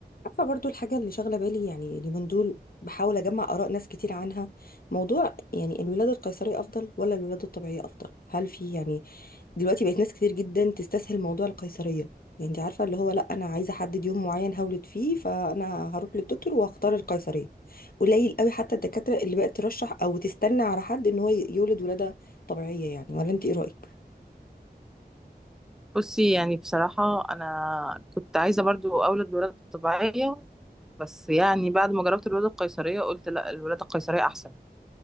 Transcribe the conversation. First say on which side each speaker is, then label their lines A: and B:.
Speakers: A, on the left; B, in the centre.
A: عارفة برضو الحاجة اللي شاغلة بالي يعني اليومين دول بحاول أجمع آراء ناس كتير عنها موضوع يعني الولادة القيصرية أفضل ولا الولادة الطبيعية أفضل هل في يعني دلوقتي بقت ناس كتير جدا تستسهل موضوع القيصرية يعني أنت عارفة اللي هو لأ أنا عايزة أحدد يوم معين هولد فيه فأنا هروح للدكتور وهختار القيصرية قليل قوي حتى الدكاترة اللي بقت ترشح أو تستنى على حد إن هو ي- يولد ولادة طبيعية يعني ولا أنت إيه رأيك؟
B: بصي يعني بصراحة أنا كنت عايزة برضو أولد بولادة طبيعية بس يعني بعد ما جربت الولادة القيصرية قلت لا الولادة القيصرية أحسن